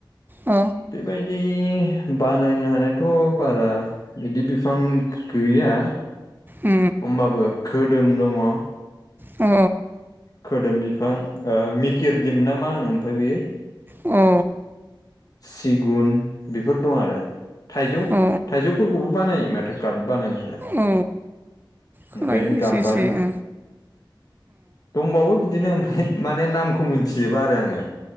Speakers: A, on the right; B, on the left.
A: अ
B: बेबादि बानायनो हानायाथ' बारा बिदि बिफां गैया।
A: अ
B: होमबाबो खोदोम दङ।
A: अ
B: खोदोम बिफां मिकिर दिम ना मा होनो ओमफ्राय बेयो
A: औ।
B: सिगुन बेफोर दं आरो थाइजौ
A: औ
B: थाइजौफोरखौबो बानायो माथो कार्ट बानायनायालाय
A: औ खोनायो
B: ओमफाय
A: एसे
B: गाम्बारि
A: एसे औ
B: दंबावो बिदिनो ओमफ्राय माने नामखौ मिथिजोबा आरो आङो